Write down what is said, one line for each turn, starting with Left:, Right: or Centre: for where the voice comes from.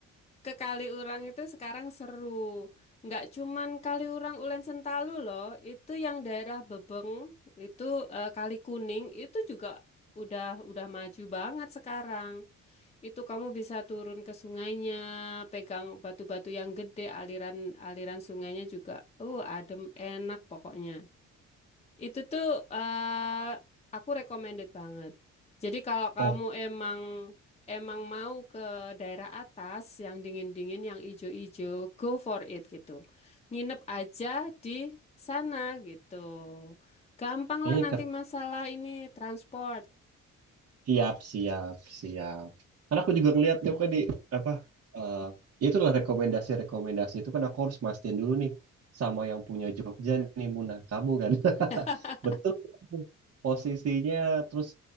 Left: ke Kaliurang itu sekarang seru. Nggak cuman Kaliurang Ulen Sentalu loh, itu yang daerah Bebeng, itu eh, Kali Kuning itu juga udah udah maju banget sekarang. Itu kamu bisa turun ke sungainya, pegang batu-batu yang gede, aliran-aliran sungainya juga. Uh, adem, enak pokoknya. Itu tuh eh aku recommended banget. Jadi kalau kamu
Right: Oh
Left: emang emang mau ke daerah atas yang dingin-dingin, yang ijo-ijo, go for it gitu. Nginep aja di sana gitu. Gampang
Right: kayaknya
Left: lah nanti
Right: keren.
Left: masalah ini transport.
Right: Siap, siap, siap. Karena aku juga ngeliat tuh kan di apa eh ya itulah rekomendasi-rekomendasi itu kan aku harus mastiin dulu nih sama yang punya Jogja nih Muna kamu kan. <laughs>
Left: <laughs>
Right: Betul posisinya terus